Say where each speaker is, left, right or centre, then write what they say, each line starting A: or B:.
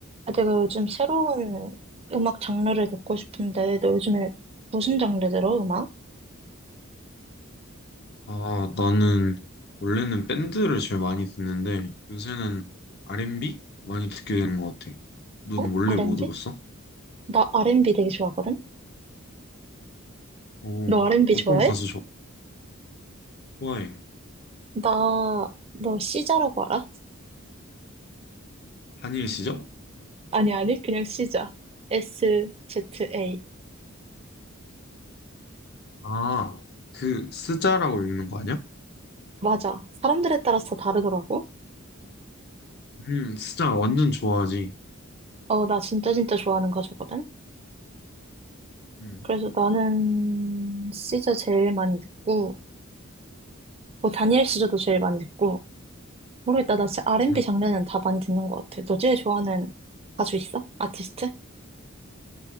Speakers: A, on the right (about 30°); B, on the left (about 50°).
A: 아, 내가 요즘 새로운 음악 장르를 듣고 싶은데, 너 요즘에 무슨 장르 들어, 음악?
B: 아, 나는 원래는 밴드를 제일 많이 듣는데 요새는 R&B 많이 듣게 되는 것 같아. 넌
A: 어?
B: 원래
A: R&B?
B: 뭐 들었어?
A: 나 R&B 되게 좋아하거든?
B: 오,
A: 너 R&B
B: 어떤
A: 좋아해?
B: 가수 좋- 좋아해?
A: 나, 너 시자라고 알아?
B: 다니엘 시죠?
A: 아니, 아니, 그냥 시자. S-Z-A.
B: 아, 그 스자라고 읽는 거 아니야?
A: 맞아. 사람들에 따라서 다르더라고.
B: 음, 스자 완전 좋아하지.
A: 어, 나 진짜 진짜 좋아하는 가수거든?
B: 음,
A: 그래서 나는 시자 제일 많이 듣고, 뭐, 다니엘 시저도 제일 많이 듣고, 모르겠다. 나 진짜 R&B
B: <laughs>
A: 장르는 다 많이 듣는 것 같아. 너 제일 좋아하는 가수 있어? 아티스트?